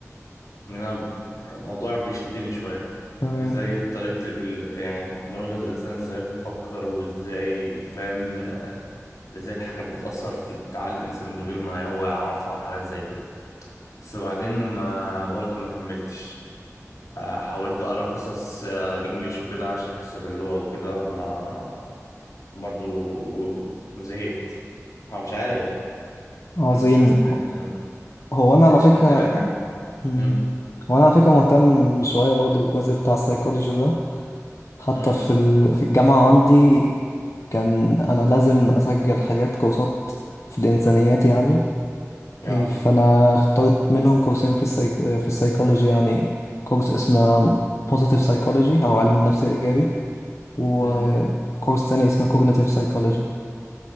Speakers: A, on the left (about 90°); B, on the left (about 60°).
A: ان انا الموضوع بيشدني شويه
B: تمام
A: ازاي طريقه ال- يعني دماغ الانسان ازاي بتفكر وازاي فاهم ازاي الحاجات بتاثر في عقل الانسان من غير ما هو يعرفها وحاجات زي كده بس بعدين ما برضو ما كملتش آه، حاولت اقرا قصص آه، انجليش وكده عشان احس إن اللغه وكده ما برضو زهقت فمش عارف يعني.
B: عظيم
A: مش حاسس ان ما
B: هو انا
A: حسيتش
B: على فكرة
A: ان قرايه حاجه
B: مم.
A: امم
B: هو انا على فكرة مهتم شوية برضو بالجزء بتاع السايكولوجي ده حتى
A: امم
B: في ال... في الجامعة عندي كان انا لازم اسجل حاجات كورسات في الانسانيات يعني
A: يا
B: إيه، فأنا اخترت منهم كورسين في السايك... في السايكولوجي يعني كورس اسمه Positive Psychology أو علم النفس الإيجابي وكورس
A: امم
B: تاني اسمه Cognitive Psychology